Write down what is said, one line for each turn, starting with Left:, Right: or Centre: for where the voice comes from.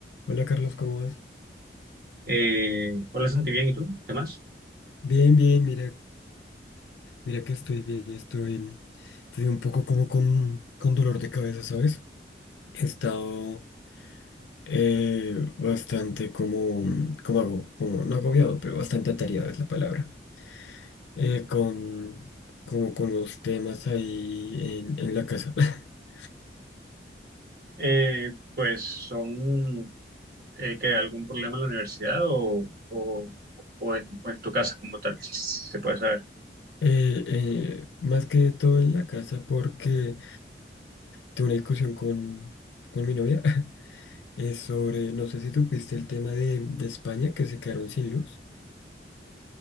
Left: Hola Carlos, ¿cómo vas?
Right: Eh, hola Santi, bien, ¿y tú? ¿Qué más?
Left: Bien, bien, mira, mira que estoy bien, estoy, estoy un poco como con, con dolor de cabeza, ¿sabes? He estado eh, bastante como, como hago, como no agobiado, pero bastante atareado es la palabra, eh, con, como con los temas ahí en, en la casa. <laughs>
Right: Eh, pues son eh, que algún problema en la universidad o, o, o en, o en tu casa como tal, si se puede saber.
Left: Eh, eh, más que todo en la casa porque tuve una discusión con, con mi novia <laughs> eh, sobre, no sé si tú viste el tema de, de España que se quedaron sin luz.